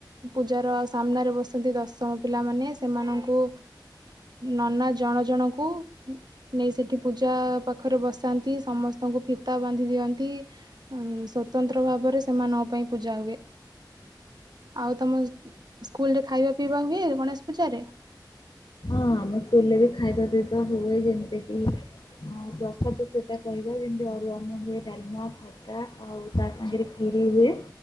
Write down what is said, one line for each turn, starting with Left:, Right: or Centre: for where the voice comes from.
Right: ପୂଜାର ସାମ୍ନାରେ ବସନ୍ତି ଦଶମ ପିଲାମାନେ ସେମାନଙ୍କୁ ନନା ଜଣ ଜଣଙ୍କୁ ନେଇ ସେଇଠି ପୂଜା ପାଖରେ ବସାନ୍ତି ସମସ୍ତଙ୍କୁ ଫିତା ବାନ୍ଧି ଦିଅନ୍ତି। ଉଁ ସ୍ୱତନ୍ତ୍ର ଭାବରେ ସେମାନଙ୍କ ପାଇଁ ପୂଜା ହୁଏ। ଆଉ ତମ ସ୍କୁଲରେ ଖାଇବା ପିଇବା ହୁଏ ଗଣେଶ ପୂଜା ରେ?
Left: ହଁ ଆମ ସ୍କୁଲରେ ବି ଖାଇବା ପିଇବା ହୁଏ ଯେମତି କି ହଁ ପ୍ରସାଦ ସେଟା କହିବା ଯେମିତି ଅରୁଆ ଅନ୍ନ ହୁଏ ଡାଲମା ହୁଏ। ଟା ଆଉ ତା ସାଙ୍ଗରେ କ୍ଷୀରି ହୁଏ।